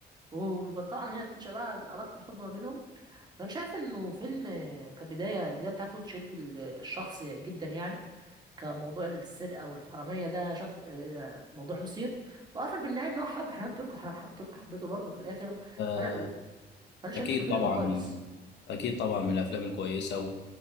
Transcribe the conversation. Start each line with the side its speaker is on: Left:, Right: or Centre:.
Right: وطبعا هنا بتنشأ بقى علاقة الحب ما بينهم فأنا شايف إنه فيلم آه، كبداية البداية بتاعته تشد ال- الشخص جدا يعني كموضوع السرقة والحرامية ده شخص آه، موضوع مثير وقفل بالنهاية إن هو حب حنان ترك وحنان ترك حبيته برضه في الآخر
Left: آه،
Right: أنا فأنا شايف
Left: اكيد
Right: إنه فيلم
Left: طبعا
Right: كويس
Left: اكيد طبعا من الافلام الكويسه و...